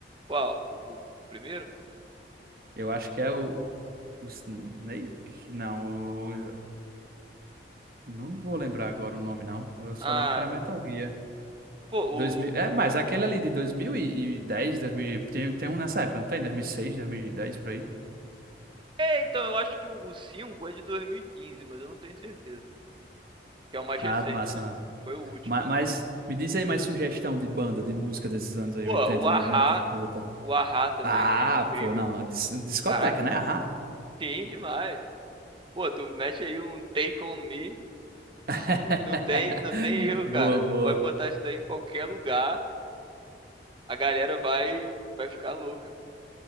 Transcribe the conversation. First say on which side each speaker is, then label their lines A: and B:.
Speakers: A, on the right (about 25°); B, on the right (about 50°).
A: Qual? O, o- o primeiro?
B: Eu acho que é o, o Snake, não, o- não vou lembrar agora o nome não, eu só
A: Ah,
B: lembro que era Metal
A: sim.
B: Gear.
A: Pô,
B: dois mil
A: o.
B: é, mas aquele ali de dois mil e dez dois mil tem, tem um nessa época, não tem? 2006, dez por aí.
A: É, então, eu acho que o o 5 é de 2015, mas eu não tenho certeza. Que é o mais
B: Ah,
A: recente,
B: massa,
A: né?
B: massa.
A: Foi o último.
B: Mas, mas me diz aí mais sugestão de banda, de música desses anos aí,
A: Pô,
B: oitenta
A: o Ahá.
B: 90. 80.
A: O Ahá também
B: Ah,
A: é incrível.
B: pô, não, a dis- discoteca,
A: Caraca,
B: né? Aham.
A: sim, demais. Pô, tu mete aí um Take On Me.
B: <laughs>
A: Não tem, não tem erro,
B: Boa,
A: cara. Tu
B: boa.
A: pode botar isso daí em qualquer lugar. A galera vai, vai ficar louca.